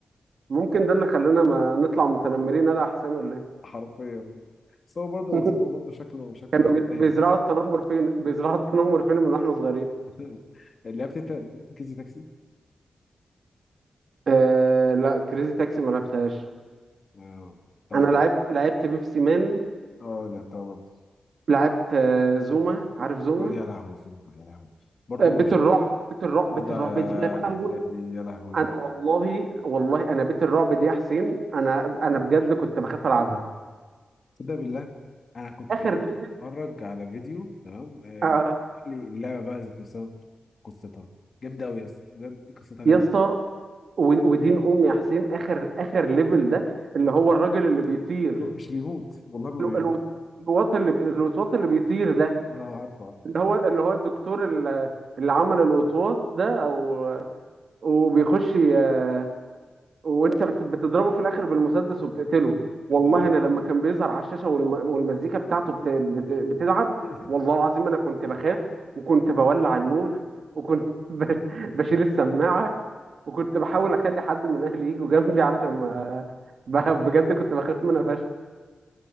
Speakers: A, on the right; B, on the left.
A: ممكن ده اللي خلانا ما نطلع متنمرين انا احسن ولا ايه
B: حرفيا بس هو برضه
A: <laughs>
B: بس هو برضه شكله شكله
A: كانوا
B: يستاهل
A: بي- بيزرعوا التنمر فين بيزرعوا التنمر فين من واحنا صغيرين
B: <laughs> لعبت انت كريزي تاكسي
A: آه لا كريزي تاكسي ما لعبتهاش
B: اه طب
A: انا لعبت لعبت بيبسي مان
B: اه لعبتها برضه
A: لعبت آه زوما عارف زوما
B: اه يا لهوي الزوم يا لهوي برضه
A: آه بيت الرعب بيت الرعب
B: اه
A: بيت
B: ده
A: الرعب دي يا لهوي
B: ده- دي يا لهوي
A: انا والله والله انا بيت الرعب دي يا حسين انا انا بجد كنت بخاف العبها
B: تصدق بالله انا كنت
A: اخر ليفل
B: بتفرج على فيديو تمام آه،
A: آه
B: بيحكي لي اللعبه بقى ذات نفسها قصتها جامده قوي يا اسطى، بجد قصتها جامده
A: يا اسطى و- ودين امي يا حسين اخر اخر ليفل ده اللي هو الراجل اللي بيطير
B: ب- مش بيموت والله ما
A: الو-
B: بيموت
A: الوطواط اللي الوطواط اللي بيطير ده
B: اه عارفه عارفه
A: اللي هو اللي هو الدكتور ال- اللي عمل الوطواط ده او وبيخش ي- وانت بت- بتضربه في الاخر بالمسدس وبتقتله والله
B: اه
A: انا لما كان بيظهر على الشاشه والم- والمزيكا بتاعته بت- بت- بتلعب
B: <laughs>
A: والله العظيم انا كنت بخاف وكنت بولع النور وكنت <laughs> ب- بشيل السماعه وكنت بحاول اخلي حد من اهلي يجوا جنبي علشان ما ب- بجد كنت بخاف منها فشخ